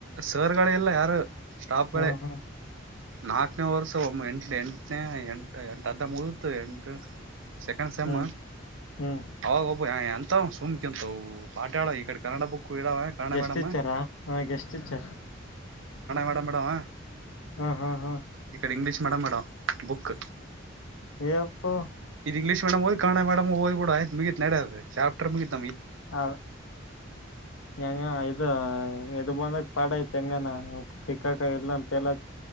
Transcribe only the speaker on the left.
ಹಾ ಹಾ.
ಹ್ಮ್ ಹ್ಮ್
ಗೆಸ್ಟ್
ಟೀಚರಾ ಹ ಎಷ್ಟು ಟೀಚರ್
ಹಾ ಹಾ ಹಾ
ಎಪ್ಪೋ
ಹ ಹೆಂಗ ಇದು ಎದು ಬಂದ ಪಡಾಯ ತೆಂಗಾನ ಟಕ್ಕಾಕಾಯ ಎಲ್ಲಾ ಪಲ